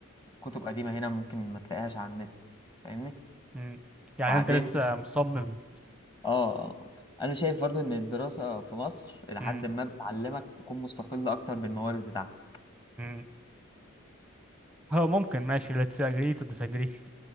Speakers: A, on the left (about 20°); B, in the centre.
A: من كتب قديمة هنا ممكن ما تلاقيهاش على النت فاهمني
B: مم. يعني
A: وبعدين
B: انت لسه مصمم
A: اه آه، انا شايف برضو ان الدراسة في مصر الى
B: مم.
A: حد ما بتعلمك تكون مستقلة اكتر بالموارد بتاعتك
B: مم. هو ممكن ماشي let's agree to disagree